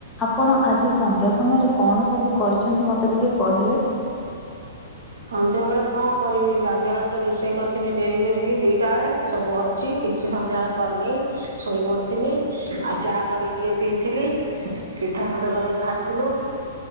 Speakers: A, on the left; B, on the right.
A: ଆପଣ ଆଜି ସନ୍ଧ୍ୟା ସମୟରେ କଣ ସବୁ କରିଛନ୍ତି ମତେ ଟିକେ କହିଲେ?
B: ସଂଧ୍ୟା ବେଳେ କଣ କରିବି ଗାଧୁଆ ତ ରୋଷେଇ କରିଥିଲି ଡେରି କରିକି ଦିଟା ବେଳେ ସବୁ ଅଛି କିଛି ସନ୍ଧ୍ୟା ବଳେ କରିନି ଶୋଇପଡିଥିଲି। ଆ ଚା କରିକି ଟିକେ ପିଇଥିଲି ପିଠା ଖଣ୍ଡେ କରିକି ଖାଇଥିଲୁ।